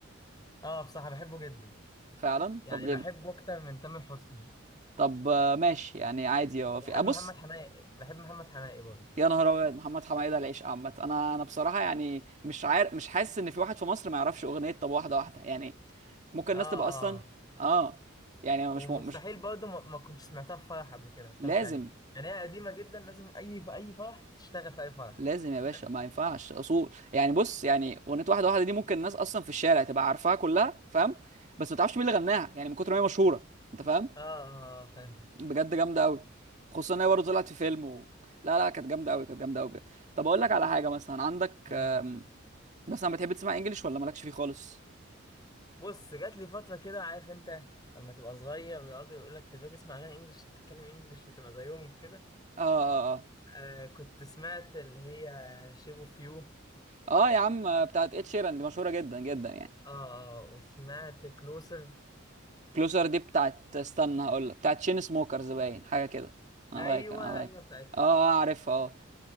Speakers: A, on the left; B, on the right.
A: اه بصراحه بحبه جدا
B: فعلا
A: يعني
B: طب ليه
A: بحبه
B: بت-
A: اكتر من تامر حسني
B: طب آه، ماشي يعني عادي هو
A: وبحب
B: في ابص
A: محمد حماقي بحب محمد حماقي برضه
B: يا نهار ابيض محمد حمايده العيش عامه انا انا بصراحه يعني مش عارف مش حاسس ان في واحد في مصر ما يعرفش اغنيه طب واحده واحده يعني ممكن الناس
A: اه
B: تبقى اصلا
A: اه
B: اه يعني
A: ومستحيل
B: مش م... مش
A: برضه ما ما كنتش سمعتها في فرح قبل كده ما تفهمش
B: لازم
A: يعني يعني هي قديمة جدا لازم اي في اي فرح تشتغل في اي فرح
B: لازم يا باشا
A: فاهم؟
B: ما ينفعش اصول يعني بص يعني اغنيه واحده واحده دي ممكن الناس اصلا في الشارع تبقى عارفاها كلها فاهم بس ما تعرفش مين اللي غناها يعني من كتر ما هي مشهوره انت فاهم
A: اه اه آه، فاهم
B: بجد جامده قوي خصوصا ان هي برضه طلعت في فيلم و... لا لا كانت جامده قوي كانت جامده قوي بجد طب اقول لك على حاجه مثلا عندك
A: آه.
B: آم، مثلا بتحب تسمع انجليش ولا مالكش فيه خالص
A: بص جات لي فترة كده عارف انت لما تبقى صغير بيقعدوا يقول لك في البيت اسمع اغاني انجلش تتكلم انجلش وتبقى زيهم كده
B: اه اه
A: آه كنت سمعت اللي هي شيب اوف يو اه
B: اه اه يا عم آه، بتاعت اتش شيران دي مشهوره جدا جدا يعني
A: اه وسمعت كلوسر
B: كلوزر دي بتاعت استنى هقول لك بتاعت شين سموكرز باين حاجه كده انا
A: ايوه
B: فاكر انا فاكر
A: ايوه بتاعتهم
B: اه آه، عارفها اه